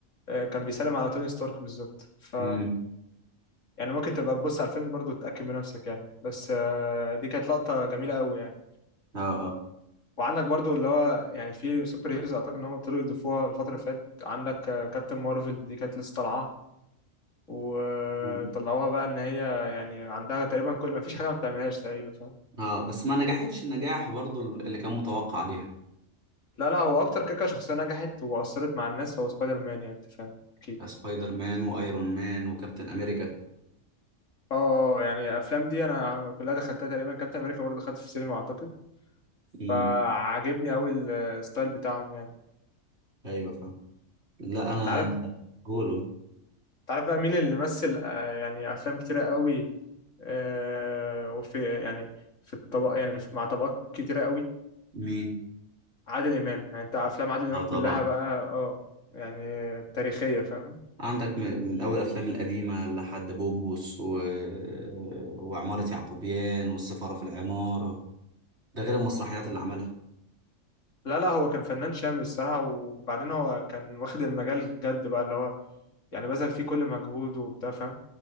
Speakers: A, on the left; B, on the right.
A: آه، كان بيسلم على توني ستارك بالظبط ف
B: امم
A: يعني ممكن تبقى تبص على الفيلم برضو تتأكد بنفسك يعني بس آه، دي كانت لقطة جميلة قوي يعني
B: اه اه
A: وعندك برضو اللي هو يعني في سوبر هيروز اعتقد ان هم ابتدوا يضيفوها الفترة اللي فاتت عندك آه، كابتن مارفل دي كانت لسه طالعة وطلعوها
B: مم.
A: بقى ان هي يعني عندها تقريبا كل ما فيش حاجة ما بتعملهاش تقريبا فاهم
B: اه بس ما نجحتش النجاح برضو اللي كان متوقع عليها
A: لا لا هو اكتر كيكة شخصية نجحت واثرت مع الناس هو سبايدر مان يعني انت فاهم اكيد
B: سبايدر مان وايرون مان وكابتن امريكا
A: اه يعني الافلام دي انا كلها دخلتها تقريبا كابتن امريكا برضو دخلت في السينما اعتقد
B: امم
A: فعجبني قوي الستايل بتاعهم يعني
B: ايوه فاهم لا انا
A: انت عارف
B: هولو
A: تعرف بقى مين اللي مثل آه، يعني افلام كتيره قوي آه، وفي يعني في الطبق يعني في- مع طبقات كتيره قوي
B: مين
A: عادل امام يعني انت افلام عادل امام
B: اه طبعا
A: كلها بقى اه يعني تاريخيه فاهم
B: عندك من, من اول الافلام القديمه لحد بوبوس و... وعماره يعقوبيان والسفاره في العماره ده غير المسرحيات اللي عملها
A: لا لا هو كان فنان شامل الصراحه وبعدين هو كان واخد المجال جد بقى اللي هو يعني بذل فيه كل مجهوده وبتاع فاهم